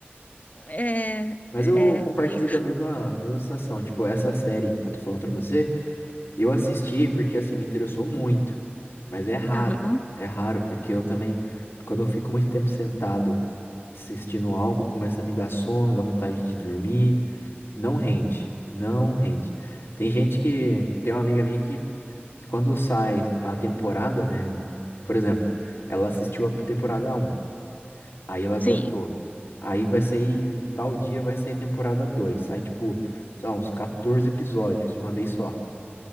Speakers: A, on the left; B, on the left.
A: É,
B: Mas
A: é,
B: eu compartilho
A: é isso.
B: da mesma, mesma sensação. Tipo, essa série que eu tô falando pra você, eu assisti porque, assim, me interessou muito. Mas é raro.
A: Aham,
B: É raro, porque eu também, quando eu fico muito tempo sentado assistindo algo, começa a me dar sono, dá vontade de dormir. Não rende, não rende. Tem gente que, tem uma amiga minha que, que quando sai a temporada, né? Por exemplo, ela assistiu a temporada um, aí ela gostou.
A: Sim.
B: Aí vai sair, em tal dia vai sair a temporada 2, sai tipo, sei lá, uns 14 episódios de uma vez só.